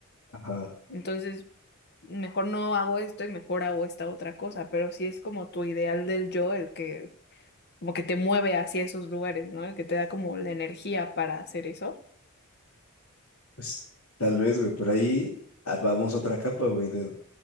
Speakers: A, on the left; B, on the left.
A: Ajá.
B: Entonces, mejor no hago esto y mejor hago esta otra cosa, pero sí es como tu ideal del yo el que como que te mueve hacia esos lugares, ¿no? Que te da como la energía para hacer eso.
A: Pues tal vez, güey, pero ahí ah, vamos a otra capa, güey, de,